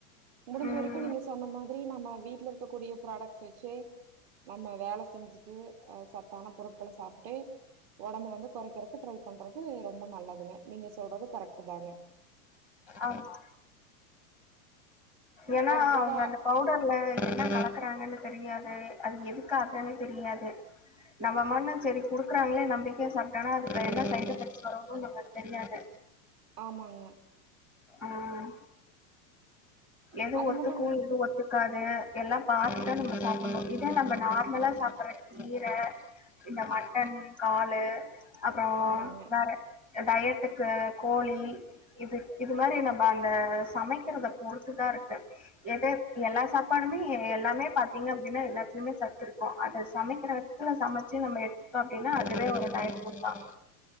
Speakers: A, on the right (about 45°); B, in the centre.
A: முடிஞ்ச
B: ம்
A: வரைக்கும் நீங்க சொன்ன மாதிரி நம்ம வீட்டுல இருக்கக்கூடிய ப்ரோட்டக்ட் வச் ஜே நம்ம வேலை செஞ்சுட்டு அஹ் சத்தான பொருட்களை சாப்பிட்டு உடம்பு வந்து குறைக்கிறதுக்கு ட்ரை பண்றது ரொம்ப நல்லதுங்க நீங்க சொல்றது கரெக்ட் தாங்க
B: ஆமா ஏன்னா
A: அது போக
B: அவங்க அந்த பவுடர்ல என்ன கலக்குறாங்கன்னு தெரியாது அது எதுக்காகந்நே தெரியாது நம்ம மட்டும் சரி குடுக்குறாங்களே நம்பிக்கையா சாப்பிட்டோனா அது எதை <unintelligible> வச்சுக்கறோனு நமக்கு தெரியாது
A: ஆமாங்க
B: ம் எது
A: அது
B: ஒத்துக்கும்
A: மட்டு இல்லாம
B: எதுவும் ஒத்துக்காது எல்லாம் பார்த்துதா நம்ம சாப்பிடணும் இத நம்ம நார்மலா சாப்பிிடற கீரை இந்த மட்டன் காலு அப்பறம்
A: ஆமாங்க
B: வேற டயட்டுக்கு கோழி இது இது மாதிரி நம்ம அந்த சமைக்கிற பொறுத் சத்துதான் இருக்கு எத எல்லா சாப்பாடுமே எல்லாமே பார்த்தீங்க அப்படின்னா எல்லாத்துலையுமே சத்து இருக்கும் அதை சமைக்கிற விதத்துல சமைச்சு நம்ம எடுத்துக்கிட்டோம் அப்படின்னா அதுவே ஒரு டைம் கொடுப்பாங்க